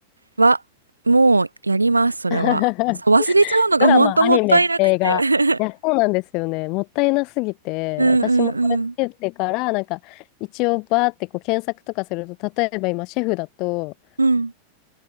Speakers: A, on the right; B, on the left.
A: は、もうやります、それは。
B: <laughs>
A: そう、忘れちゃうのが本当もったいなくて。
B: ドラマ、アニメ、映画。いや、
A: <laughs>
B: そうなんですよね。もったいなすぎて、
A: うんうん
B: 私もこれつけてから、なんか、一応バーってこう検索とかすると、例えば今、シェフだと、
A: うん。うん。